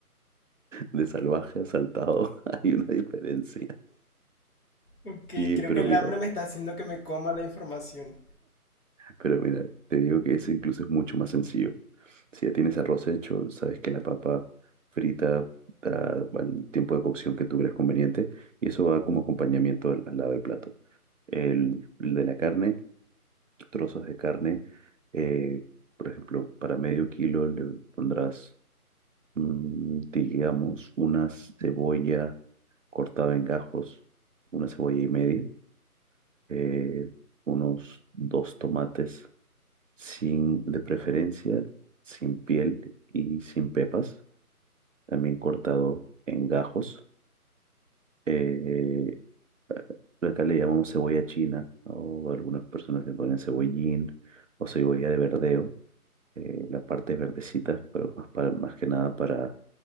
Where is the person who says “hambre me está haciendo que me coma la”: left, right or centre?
Left